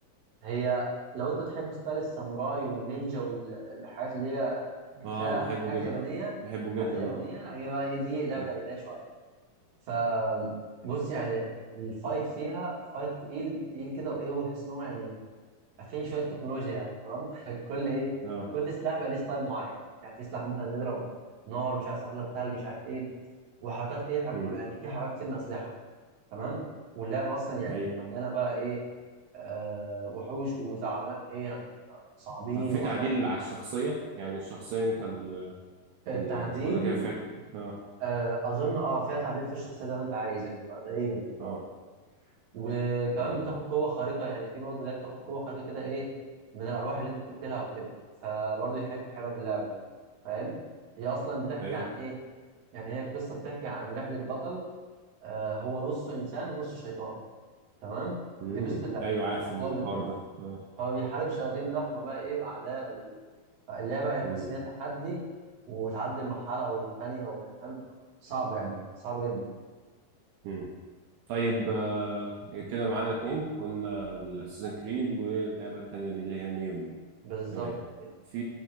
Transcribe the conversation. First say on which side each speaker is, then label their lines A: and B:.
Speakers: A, on the right; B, on the right.
A: هي لو انت بتحب ستايل الساموراي والنينجا والحاجات اللي هي فيها
B: اه بحبه
A: حاجات
B: جدا
A: يابانيه
B: بحبه
A: الحاجات
B: جدا
A: اليابانيه
B: اه
A: هي بقى ايه دي لعبه
B: مم.
A: يابانيه شويه فبص يعني الفايت فيها فايت تقيل تقيل كده وايه وتحس ان هو يعني فيه شويه تكنولوجيا يعني تمام <laughs> كل ايه
B: اه
A: كل سلاح بقى ليه ستايل معين يعني في سلاح مثلا يضرب نار مش عارف سلاح يضرب ثلج مش عارف ايه وحركات ايه حر-
B: مم.
A: يعني في حركات كتير من الاسلحه تمام واللعبه اصلا يعني
B: ايوه
A: مليانه بقى ايه آه وحوش وزعماء ايه يعني صعبين
B: طب في
A: واسرار
B: تعديل
A: كتير
B: على الشخصية يعني الشخصية انت ال-
A: التعديل
B: اللي تاخدها كده فيها اه
A: آه اظن اه فيها تعديل في الشخصيه زي ما انت عايز يعني، تقريبا اه
B: اه
A: وكمان
B: مم.
A: بتاخد قوة خارقة يعني في برضه ده بتاخد قوة خارقة كده ايه من الأرواح اللي انت بتقتلها وكده فبرضه دي حتة حلوة في اللعبة فاهم هي أصلا بتحكي
B: ايوه
A: عن ايه يعني هي القصة بتحكي عن رحلة بطل آه هو نصه إنسان ونصه شيطان تمام
B: مم.
A: دي قصة اللعبة
B: ايوه عارف الحوار
A: هو بي-
B: ده اه
A: هو بيحارب شياطين ضخمة بقى ايه وأعداء و... فاللعبة هتحس
B: مم.
A: إن هي تحدي وتعدي مرحلة والتانية و- فاهم صعبة يعني صعبة جدا
B: مم. طيب آه كده معانا اتنين قلنا الاساسن كريد واللعبة التانية دي اللي هي نيو دي
A: بالظبط
B: تمام
A: كده
B: في